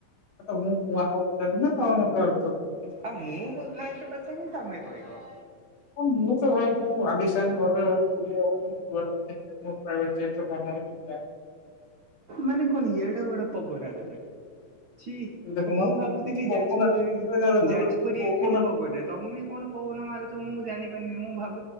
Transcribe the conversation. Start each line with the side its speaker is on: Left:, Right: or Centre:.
Left: ତମେ ମୁଁ ଆଗ ପଟେ ନୁହେଁ <unintelligible>
Right: ଆଉ ମୁଁ ଫାଷ୍ଟ ପଚାରିବି ତମେ କହିବ।
Left: ମୁଁ ତ ଭାଇ ମୁଁ ଆାଲିସାନ ଘରରେ ରହେ ବୁଲି ହବ ନି। <unintelligible> ପ୍ରାଇଭିଟ ଜେଟ୍ <unintelligible>
Right: ମନେ କଣ ଏଡ଼ ଵଡ଼ ପବନା ତମେ? ଛି
Left: କିନ୍ତୁ ଦେଖୁନ
Right: ମୁଁ ଭାବୁଥିଲି
Left: ପବନ
Right: ଯାଜପୁଏ
Left: ଆସୁଛି
Right: ଯାଜପୁରିଆ ଖାଲି
Left: ପବନ
Right: ପବନା ତମେ କଣ? ପବନା ମାରୁଛ ମୁଁ ଜାଣିପାରିନି ମୁଁ ଭାବ୍